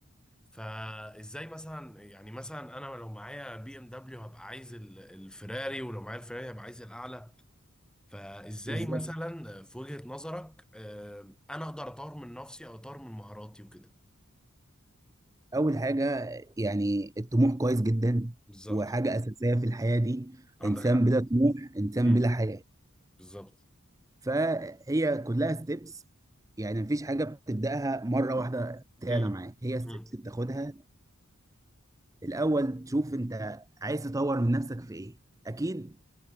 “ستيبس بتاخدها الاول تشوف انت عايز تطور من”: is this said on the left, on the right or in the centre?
Right